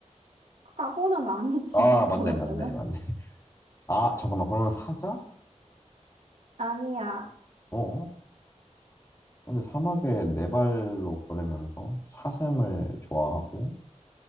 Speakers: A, on the right; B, on the left.
A: 과거는 아니지,
B: 아,
A: <laughs> 그러면은.
B: 맞네, 맞네, 맞네. 아, 잠깐만, 그러면 사자?
A: 아니야.
B: 어? 근데 사막에 네 발로 걸으면서 사슴을 좋아하고